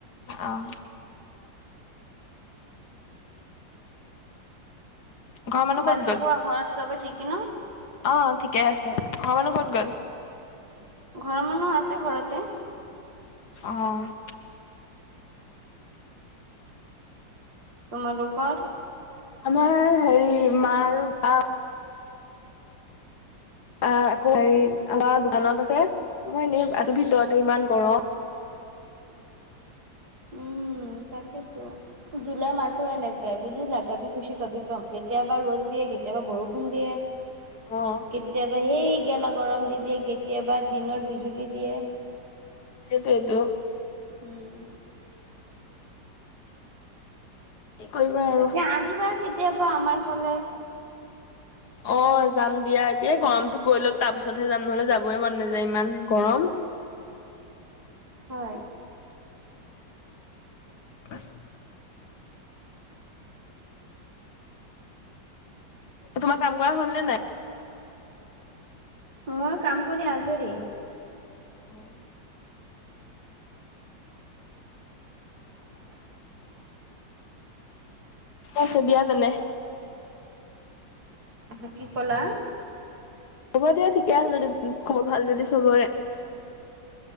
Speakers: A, on the left; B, on the right.
A: আহ। ঘৰৰ মানুহ
B: বাকি
A: ক'ত গ'ল?
B: কোৱা ঘৰত চবে ঠিক ন'?
A: অ', ঠিকে আছে। ঘৰৰ মানুহ ক'ত গ'ল?
B: ঘৰৰ মানুহ আছে ঘৰতে।
A: অ'।
B: তোমালোকৰ
A: আমাৰ হেৰি মা আৰু বা <inaudible> বা আকৌ হেৰি আমাৰ দোকানত আছে। মই এনে আছোঁ ভিতৰতে ইমান গৰম।
B: উম, তাকেইতো। জুলাই মাহটো এনেকাই বুজিছিলা কবি খুচি কবি গম। কেতিয়াবা ৰ'দ দিয়ে কেতিয়াবা বৰষুণ দিয়ে।
A: অ',
B: কেতিয়াবা হে গেলা গৰম দি দিয়ে, কেতিয়াবা দিনত বিজুলী দিয়ে।
A: সেইটোৱেইটো।
B: উম।
A: কি কৰিবা আৰু।
B: তেতিয়া আহিবা কেতিয়াবা আমাৰ ফালে।
A: অ' যাম দিয়া। এ, গৰমতো গৈ লওক তাৰপিছতহে যাম নহ'লে যাবই মন নাযায় ইমান গৰম।
B: হয়।
A: <inaudible> এ, তোমাৰ কাম কৰা হ'ল নে নাই?
B: মই কাম কৰি আজৰি।
A: <inaudible>
B: <inaudible>
A: থৈছো দিয়া তেনে
B: হা কি ক'লা?
A: হ'ব দিয়া ঠিকে আছে যদি খবৰ ভাল যদি চবৰে।